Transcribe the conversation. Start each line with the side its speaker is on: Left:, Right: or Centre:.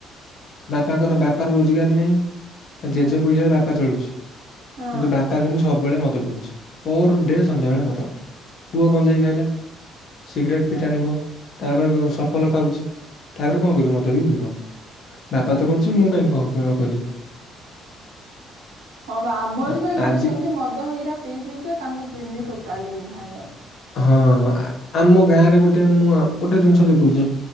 Left: ବାପାଙ୍କର ବାପାର ରୋଜଗାର ନାହିଁ। ତା
Right: ହଁ
Left: ଜେଜେ ପଇସାରେ ବାପା ଚଳୁଛି।
Right: ହଁ
Left: କିନ୍ତୁ ବାପା କିନ୍ତୁ ସବୁବେଳେ ମ ପିଉଛି ପର୍ ଡେ ସନ୍ଧ୍ୟାବେଳେ ମଦ ପୁଅ ଗଂଜେଇ ଖାଇଲା। ସିଗରେଟ ବି ଟାଣିବ। ତାପରେ କ ସଫଲ ଖାଉଛି, ତାପରେ କଣ କରିବ ମଦ ବି ପିଇବ। ବାପା
Right: ହଁ।
Left: ତ କରୁଛି ମୁଁ କାଇଁ କ ନ କରିବି।
Right: ହଁ ବା ଆମ ଏଠି
Left: ଆ-
Right: ଭାଇ ଜଣେ
Left: ଆଜି
Right: ସେମିତି ମଦ ହେଇରା ପିଇ ପିଇ ଯେ ତାଙ୍କ କିଡନୀ ଟୁ ଟାଲି ନାହିଁ ଆଉ
Left: ହଁ ଆମ ଗାଁରେ ଗୋଟେ ମୁଁ ଗୋଟେ ମ ଜିନିଷ ଦେଖୁଛି